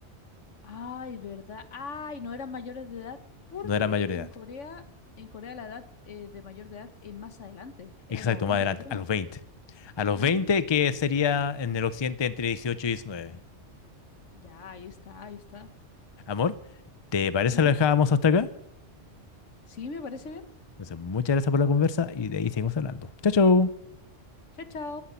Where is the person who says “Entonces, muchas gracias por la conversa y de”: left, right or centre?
Left